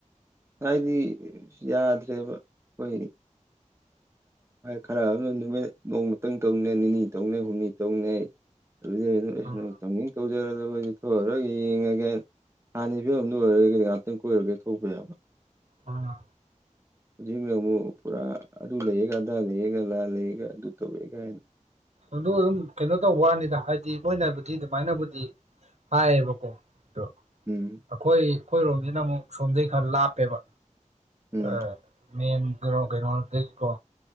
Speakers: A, on the right (about 20°); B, on the right (about 60°).
A: ꯍꯥꯏꯗꯤ ꯌꯥꯗ꯭ꯔꯦꯕ ꯑꯈ‌ꫭꯏ ꯈꯔ ꯑꯃꯅ ꯅꯨꯃꯤꯠ ꯅꯣꯡꯃꯛꯇꯪ ꯇꯧꯅꯦ ꯅꯤꯅꯤ ꯇꯧꯅꯦ ꯍꯨꯝꯅꯤ ꯇꯧꯅꯤ ꯑꯗꯩꯅ
B: ꯑꯥ
A: ꯇꯧꯅꯤꯡ ꯇꯧꯖꯔꯗ ꯑꯩꯗꯤ ꯊꯣꯛꯑꯔꯒ‌ꯦ ꯌꯦꯡꯉꯒ‌ꯦ ꯍꯥꯟꯅ ꯐꯤꯝꯗꯨ ꯑꯣꯏꯔꯒꯗꯤ ꯉꯍꯥꯛꯇꯪ ꯀꯣꯏꯔꯒꯦ ꯊꯧꯛꯄꯥ ꯌꯥꯕ
B: ꯎꯝ
A: ꯍꯧꯖꯤꯛꯅ ꯑꯃꯨꯛ ꯄꯨꯔꯥ ꯑꯗꯨ ꯂꯩꯌꯦꯒ ꯑꯗꯥ ꯂꯩꯌꯦꯒ ꯂꯥ ꯂꯩꯌꯦꯒ ꯑꯗꯨ ꯇꯧꯔꯦ ꯍꯥꯏꯅ
B: ꯑꯗꯨꯝ ꯀꯩꯅꯣ ꯇꯧꯕ ꯋꯥꯅꯤꯗ ꯍꯥꯏꯗꯤ ꯃꯣꯏꯅꯕꯨꯗꯤ ꯑꯗꯨꯃꯥꯏꯅꯕꯨꯗꯤ ꯍꯥꯏꯕꯀꯣ ꯑꯗꯨ
A: ꯎꯝ
B: ꯑꯩꯈꯣꯏ ꯑꯩꯈꯣꯏꯔꯣꯝꯒꯤꯅ ꯑꯃꯨꯛ ꯁꯣꯝꯗꯩ ꯈꯔ ꯂꯥꯞꯄꯦꯕ
A: ꯎꯝ
B: ꯑꯥ ꯃꯦꯟ ꯀꯩꯅꯣ ꯀꯩꯅꯣ ꯗꯩꯀꯣ